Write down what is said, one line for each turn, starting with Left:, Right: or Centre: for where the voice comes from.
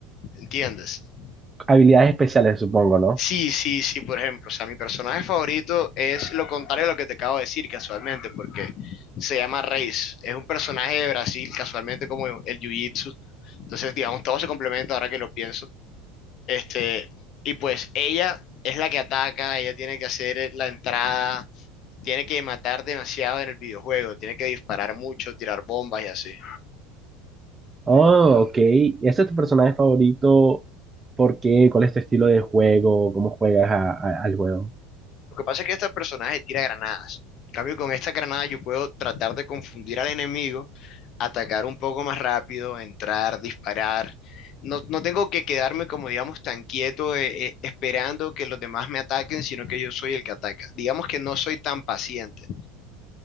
Left: ¿entiendes?
Right: Habilidades especiales, supongo, ¿no?
Left: Sí, sí, sí, por ejemplo, o sea, mi personaje favorito es lo contrario a lo que te acabo de decir casualmente, porque se llama Reis, es un personaje de Brasil, casualmente como el Jiu-Jitsu, entonces, digamos, todo se complementa ahora que lo pienso. Este, y pues ella es la que ataca, ella tiene que hacer la entrada tiene que matar demasiado en el videojuego, tiene que disparar mucho, tirar bombas y así.
Right: Oh, ok. ¿Ese es tu personaje favorito? ¿Por qué? ¿Cuál es tu estilo de juego? ¿Cómo juegas a- a- al juego?
Left: Lo que pasa es que este personaje tira granadas. En cambio, con esta granada yo puedo tratar de confundir al enemigo, atacar un poco más rápido, entrar, disparar. No, no tengo que quedarme como, digamos, tan quieto eh, eh, esperando que los demás me ataquen, sino que yo soy el que ataca. Digamos que no soy tan paciente.